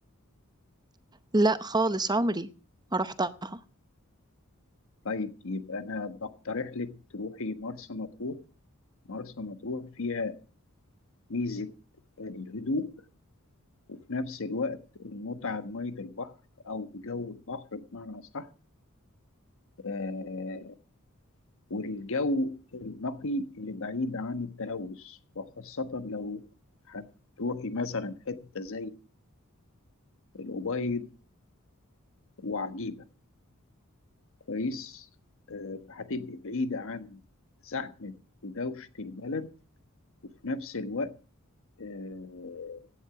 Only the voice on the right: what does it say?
لا خالص عمري ما رحتها